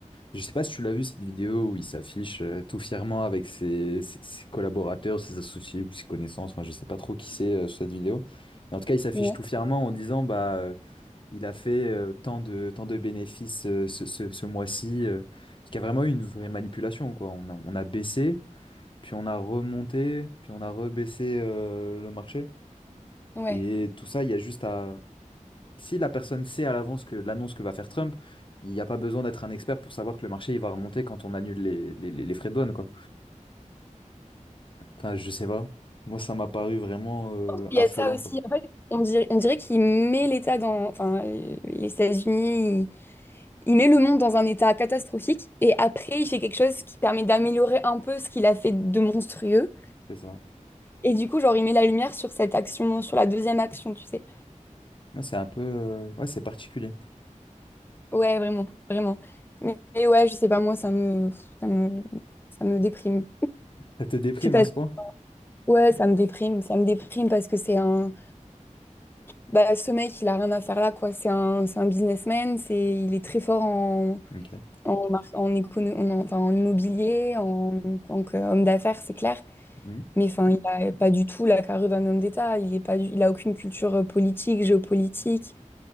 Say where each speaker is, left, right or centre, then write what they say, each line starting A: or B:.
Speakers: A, on the left; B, on the left.
A: Je sais pas si tu l'as vu cette vidéo où il s'affiche euh, tout fièrement avec ses, ses- ses collaborateurs, ses associés ou ses connaissances. Enfin, je sais pas trop qui c'est euh, sur cette vidéo. Mais en tout cas, il s'affiche
B: Ouais,
A: tout fièrement en disant bah euh, il a fait euh, tant de tant de bénéfices euh, ce, ce- ce mois-ci. euh. Parce qu'il y a vraiment eu une vraie manipulation quoi. On a, on a baissé, puis on a remonté, puis on a rebaissé euh, le marché.
B: ouais.
A: Et tout ça, il y a juste à si la personne sait à l'avance que l'annonce que va faire Trump, il n'y a pas besoin d'être un expert pour savoir que le marché il va remonter quand on annule les, les, les- les frais de douane, quoi. Enfin, je sais pas. Moi, ça m'a paru vraiment
B: <laughs>
A: euh,
B: Il
A: affolant,
B: y a de ça aussi.
A: quoi.
B: En fait, on dirait, on dirait qu'il met l'État dans, enfin, les États-Unis, il, il met le monde dans un état catastrophique et après, il fait quelque chose qui permet d'améliorer un peu ce qu'il a fait de monstrueux.
A: C'est ça.
B: Et du coup, genre, il met la lumière sur cette action, sur la deuxième action, tu sais.
A: Ouais, c'est un peu. euh, Ouais, c'est particulier.
B: Ouais, vraiment, vraiment. Mais, mais ouais, je sais pas, moi, ça me, ça me, ça me déprime.
A: Ça te déprime
B: Puis parce-
A: à ce point?
B: ouais, ça me déprime, ça me déprime parce que c'est un Bah, ce mec, il a rien à faire là, quoi. C'est un, c'est un businessman, c'est, il est très fort en,
A: Ok.
B: en, mar- en, écono- en- enfin, en immobilier, en en tant qu'homme d'affaires, c'est clair.
A: Hmm.
B: Mais enfin, il a pas du tout la carrure d'un homme d'État. Il est pas du- il a aucune culture euh, politique, géopolitique.